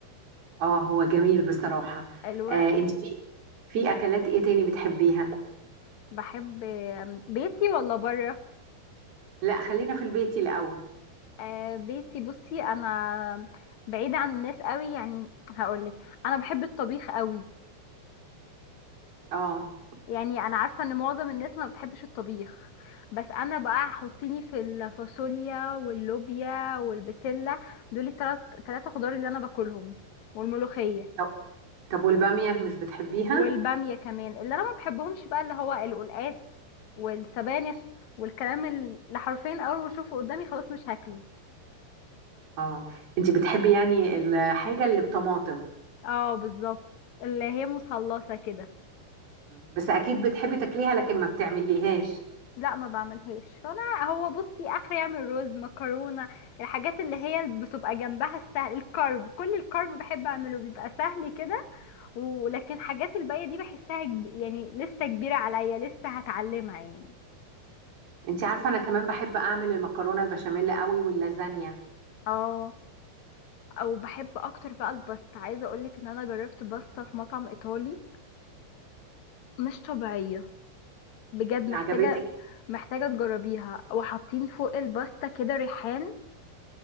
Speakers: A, on the right (about 50°); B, on the left (about 55°).
A: اه هو جميل بصراحة
B: الورق
A: آه، أنت في في أكلات إيه تاني بتحبيها؟
B: بحب بيتي ولا بره
A: لا خلينا في البيت الأول
B: آه بيتي بصي انا بعيدة عن الناس قوي يعني هقولك انا بحب الطبيخ قوي
A: اه
B: يعني انا عارفة ان معظم الناس ما بتحبش الطبيخ بس انا بقى حطيني في الفاصوليا واللوبيا والبسلة دول التلات تلاتة خضار اللي انا باكلهم والملوخية
A: طب طب والبامية مش بتحبيها؟
B: والبامية كمان اللي انا ما بحبهمش بقى اللي هو القلقاس والسبانخ والكلام اللي حرفيا اول ما اشوفه قدامي خلاص مش هاكله
A: اه أنت بتحبي يعني الحاجة اللي بطماطم
B: اه بالظبط اللي هي مثلثة كده
A: بس أكيد بتحبي تاكليها لكن ما بتعمليهاش
B: لا ما بعملهاش فانا هو بصي اخر يعمل رز مكرونه الحاجات اللي هي بتبقى جنبها السهل الكارب كل الكارب بحب اعمله بيبقى سهل كده ولكن حاجات الباقيه دي بحسها كب- يعني لسه كبيره عليا لسه هتعلمها يعني
A: انت عارفه انا كمان بحب اعمل المكرونه البشاميل قوي واللازانيا
B: اه او بحب اكتر بقى الباستا عايزه اقولك ان انا جربت باستا في مطعم ايطالي مش طبيعيه بجد محتاجه
A: عجبتك
B: محتاجه تجربيها وحاطين فوق الباستا كده ريحان